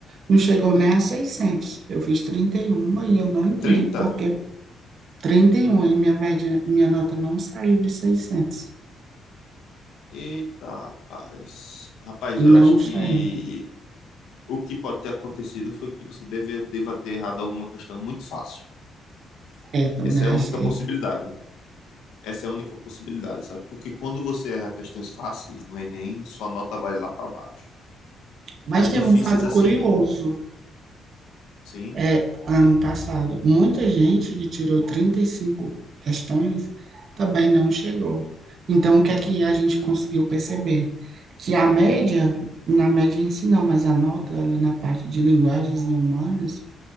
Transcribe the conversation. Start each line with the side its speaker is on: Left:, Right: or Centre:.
Right: não chegou nem a seiscentos Eu fiz trinta e um e eu não entendi
Left: trinta
Right: por que 31 e um e minha média, minha nota não saiu de seiscentos
Left: Eita, rapaz. Rapaz,
Right: E
Left: eu
Right: não
Left: acho que
Right: saiu.
Left: o que pode ter acontecido foi que você deve, deva ter errado alguma questão muito fácil.
Right: É, também
Left: Essa é
Right: achei.
Left: a única possibilidade. Essa é a única possibilidade, sabe? Porque quando você erra questões fáceis no Enem, sua nota vai lá para baixo.
Right: Mas
Left: As
Right: teve
Left: difíceis,
Right: um fato
Left: assim,
Right: curioso.
Left: sim,
Right: É, ano passado, muita gente que tirou 35 questões também não chegou. Então, o que é que a gente conseguiu perceber? Que a média, na média em si não, mas a nota ali na parte de linguagens e humanas,